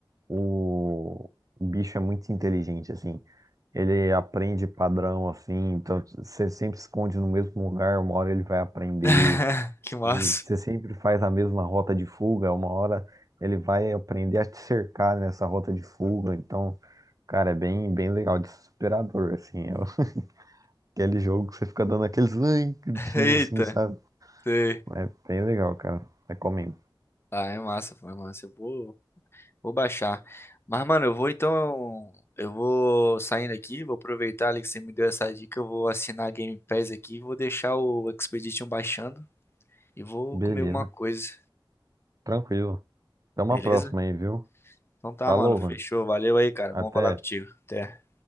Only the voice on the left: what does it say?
<laughs> Que massa.
Eita,
sei.
Ah, é massa, foi massa. Eu vou, vou baixar. Mas, mano, eu vou então. Eu vou saindo aqui, vou aproveitar ali que você me deu essa dica. Eu vou assinar a Game Pass aqui, vou deixar o Expedition baixando e vou
comer alguma coisa,
beleza?
Então tá,
mano, fechou.
Valeu aí, cara.
Bom falar contigo. Até.